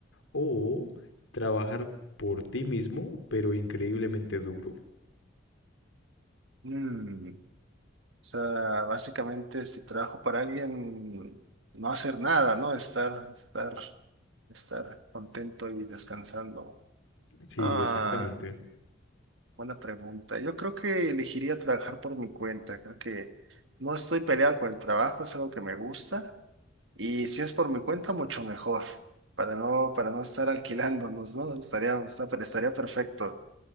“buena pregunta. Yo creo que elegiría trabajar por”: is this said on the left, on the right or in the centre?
Right